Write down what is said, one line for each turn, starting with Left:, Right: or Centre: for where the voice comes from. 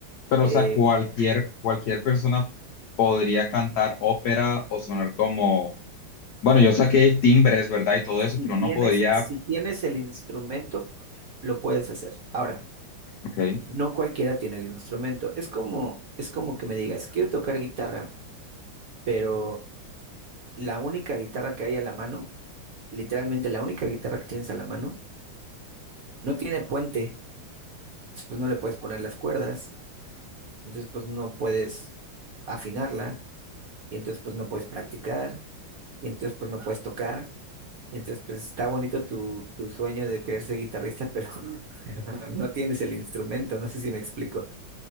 Left: Pero
Right: Eh,
Left: o sea, cualquier, cualquier persona podría cantar ópera o sonar como... Bueno, yo saqué timbres, ¿verdad? Y todo
Right: Si
Left: eso, pero
Right: tienes,
Left: no podría...
Right: si tienes el instrumento, lo puedes hacer. Ahora,
Left: Ok,
Right: no cualquiera tiene el instrumento. Es como, es como que me digas, quiero tocar guitarra, pero la única guitarra que hay a la mano, literalmente la única guitarra que tienes a la mano, no tiene puente. Entonces, Pues no le puedes poner las cuerdas. Entonces, pues no puedes afinarla. Y entonces, pues no puedes practicar. Y entonces, pues no puedes tocar. entonces, pues está bonito tu, tu sueño de querer ser guitarrista, pero, <laughs> pero no tienes el instrumento, no sé si me explico.